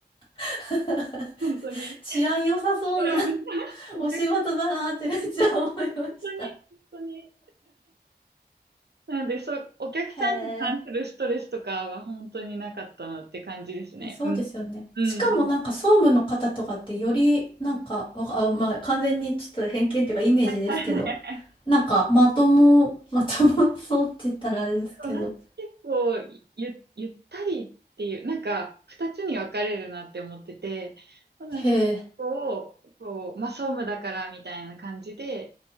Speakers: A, on the left; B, on the right.
A: <laughs>
B: 本当に。
A: 治安良さそうな
B: うんお客、
A: お仕事だなってめっちゃ思いました。
B: 本当に、本当に。なので、そう、お客さんに関するストレスとかは本当になかったなって感じですね。
A: へえ。えそうですよね。
B: うん。うん、
A: しかもなんか総務の方とかってよりなんか、
B: うん。うん
A: わかあ、まあ完全にちょっと偏見っていうかイメージですけど、
B: はい <laughs>
A: なんかまとも、まともそうって言ったらあれですけど。
B: でもなんか結構ゆ、ゆったりっていう、なんか二つに分かれるなって思ってて、なんかこう、
A: へえ。
B: こう、まあ総務だからみたいな感じで、